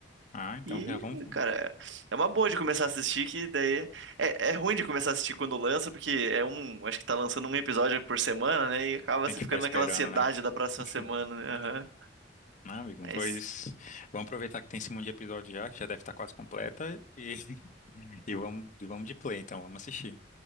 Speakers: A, on the left (about 45°); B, on the right (about 80°).
A: Ah, então
B: E,
A: já vamos.
B: cara, é uma boa de começar a assistir, que daí é, é ruim de começar a assistir quando lança, porque é um, acho que tá lançando um episódio por semana, né? E acaba
A: Tem
B: você
A: que
B: ficando
A: ficar esperando,
B: naquela ansiedade
A: né?
B: da próxima
A: <laughs>
B: semana, né? Aham.
A: Não, amigo,
B: Mas,
A: pois vamos aproveitar que tem esse monte de episódio já, que já deve estar quase completa, e, <laughs> e vamos, vamos de play, então, vamos assistir.